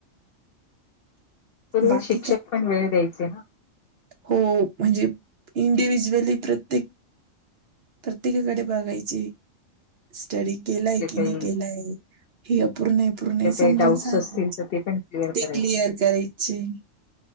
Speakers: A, on the left (about 60°); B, on the right (about 55°).
A: पूर्वी
B: बाकी
A: शिक्षक पण वेळ द्यायचे ना.
B: हो म्हणजे इंडिव्हिज्युअली प्रत्येक प्रत्येकाकडे बघायचे स्टडी केलाय
A: आपले काही
B: कि नाही केलाय. हे अपूर्ण पूर्ण
A: आपले काही
B: समजून
A: डाऊट्स
B: सांगायचे
A: असतील तर ते पण क्लिअर
B: ते
A: करायचे
B: क्लिअर करायचे.